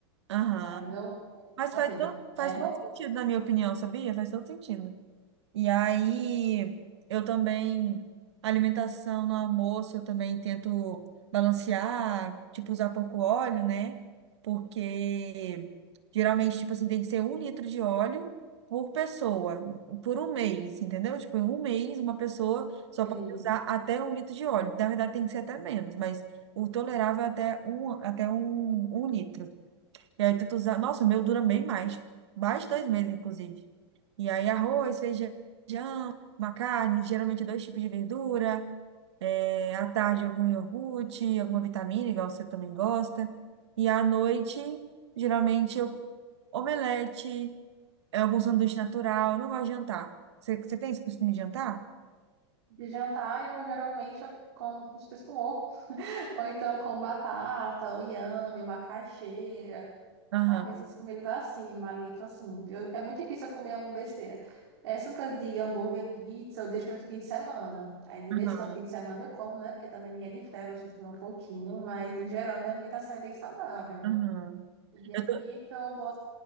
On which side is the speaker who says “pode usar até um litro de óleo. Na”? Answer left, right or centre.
Right